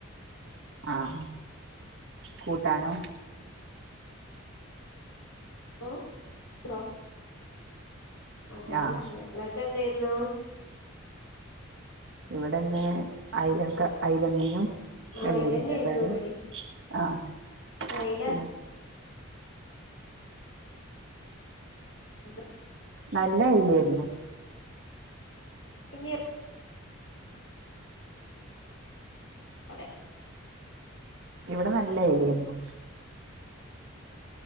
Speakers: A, on the right (about 60°); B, on the left (about 80°).
A: ആഹ കൂട്ടണോ
B: ഹ ആ അതല്ലെ
A: ആഹ്
B: നിക്കെ എന്തായിരുന്നു
A: ഇവിടെന്ന് അല അലമീനും
B: ആഹ്
A: വെള്ളരിക്കക്കാര്
B: അയിലെന്നേര്ന്നു ഇവടിം
A: ആഹ
B: പക്ഷെ അയില
A: പി
B: എന്തോ
A: നല്ല അലായിരുന്നു
B: പിന്നലോ അ
A: ഇവിടെ നല്ല എലരുന്നു